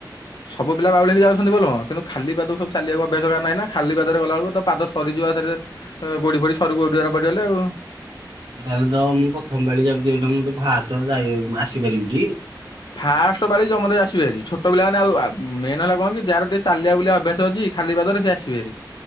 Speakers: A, on the left; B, on the right.
A: ସବୁ ପିଲା ବାଉଳି ହେଇକି ଯାଉଛନ୍ତି ବୋଲବମ କିନ୍ତୁ ଖାଲି ପାଦକୁ ସବୁ ଚାଲିଯିବା ଅଭ୍ୟାସ କାହାର ନାହିଁ ନା ଖାଲି ପାଦରେ ଗଲାବେଳକୁ ତ ପାଦ ସରିଯିବ ଏକାଥରେ। ଗୋଡି ଫୋଡି ସରୁ ଗୋଡଆରେ ପଡିଗଲେ ଆଉ।
B: ତାହେଲେ ତ ମୁଁ ପଥମ ପାଳି ଯାଉଛି ଏଇଟା ମୁଁ ତ ଫାଷ୍ଟ ଯାଇ ଆସିପାରିବି ଟି।
A: ଫାଷ୍ଟ ପାଳି ସମସ୍ତେ ଆସିବେହାରି ଛୋଟ ପିଲା ମାନେ ଆଉ ମେନ୍ ହେଲା କଣ କି ଯାହାର ଟିକେ ଚାଲିବା ବୁଲିବା ଅଭ୍ୟାସ ଅଛି। ଖାଲି ପାଦରେ ସେ ଆସିବେ ହାରି।